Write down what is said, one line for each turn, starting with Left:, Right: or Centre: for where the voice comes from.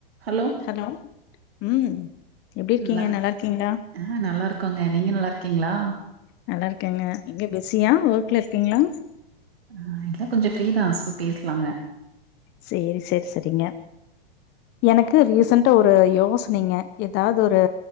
Right: ஹலோ
Left: ஹாலோ ம் எப்டி இருக்கீங்க
Right: நல்லாருக்
Left: நல்லா இருக்கீங்களா
Right: ஆ நல்லா இருக்கோங்க நீங்க நல்லாருக்கீங்ளா
Left: நல்லா இருக்கேங்க இங்க பிஸியா ஒர்க்ல இருக்கீங்ளா
Right: ஆ இல்ல கொஞ்சோ ஃப்ரீதா ஸோ பேஸ்லாங்க
Left: சேர் சேரி சரிங்க எனக்கு ரீசன்டா ஒரு யோசனைங்க ஏதாது ஒரு